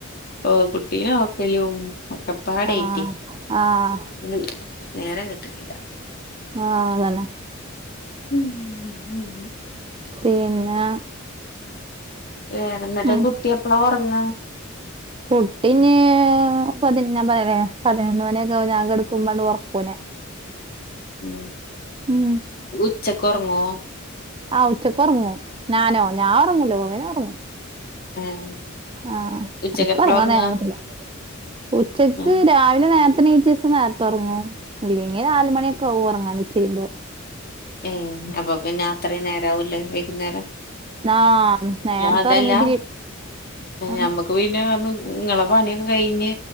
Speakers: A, on the left (about 45°); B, on the right (about 25°).
A: ഓ കുട്ടീനെ നോക്കലും ഒക്കപ്പാടായിട്ടേ
B: ആഹ്ആഹ്
A: <unintelligible> നേരം കിട്ടുന്നില്ല
B: ആഹ്അതന്നെ
A: ഉം ഉം
B: പിന്നെ
A: വേറെ എന്നിട്ട്
B: ഉം
A: കുട്ടി എപ്പളാ ഉറങ്ങ
B: കുട്ടി നീഞാൻ പറഞ്ഞല്ലേ പതിനൊന്ന് മണിയൊക്കെ ആകുമ്പോ ഞാൻ കിടക്കുമ്പോൾ ഉറക്കും അവനെ
A: ഉം
B: ഉം
A: ഉച്ചക്ക് ഒറങ്ങോ
B: ആഹ് ഉച്ചയ്ക്ക് ഉറങ്ങും ഞാനോ ഞാൻ ഉറങ്ങൂലോ ഓവന ഉറങ്ങും
A: ഏഹ്
B: ആഹ്
A: ഉച്ചക്ക്
B: ഇക്ക്
A: എപ്പളാ
B: ഉറങ്ങാൻ
A: ഒറങ്ങാ
B: നേരംകിട്ടില്ല ഉച്ചക്ക്
A: ഉം
B: രാവിലെ നേര ഇപ്പനേച്ച ദിസം നേരത്തെ ഉറങ്ങും ഇല്ലെങ്കിൽ നാല് മണിയൊക്കെ ആകും ഉറങ്ങാൻ ഉച്ച കഴിയുമ്പോ
A: ഏ അപ്പൊ പിന്നെ അത്രയും നേരം ആവുലെ വൈകുന്നേരം
B: ആഹ് നേരത്തെ
A: അതെല്ലാം
B: ഒറങ്ങീട്ട് ആഹ്
A: നമ്മക്ക് <unintelligible> ഇങ്ങളെ പണിക്കെ കഴിഞ്ഞ്